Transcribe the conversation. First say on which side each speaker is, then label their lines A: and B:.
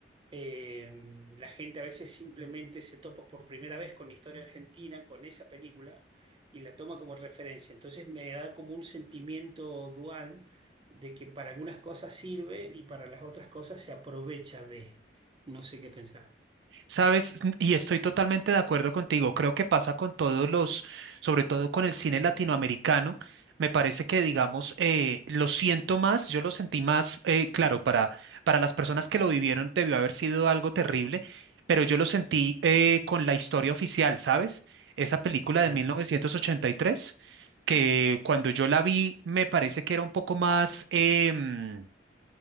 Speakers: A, on the right; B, on the right.
A: eh, la gente a veces simplemente se topa por primera vez con la historia argentina, con esa película, y la toma como referencia. Entonces me da como un sentimiento dual de que para algunas cosas sirve y para las otras cosas se aprovecha de. No sé qué pensás.
B: Sabes, y estoy totalmente de acuerdo contigo. Creo que pasa con todos los, sobre todo con el cine latinoamericano. Me parece que, digamos, eh, lo siento más, yo lo sentí más, eh, claro, para, para las personas que lo vivieron debió haber sido algo terrible, pero yo lo sentí eh, con la historia oficial, ¿sabes? Esa película
A: Claro,
B: de 1983, que cuando yo la vi me parece que era un poco más... em,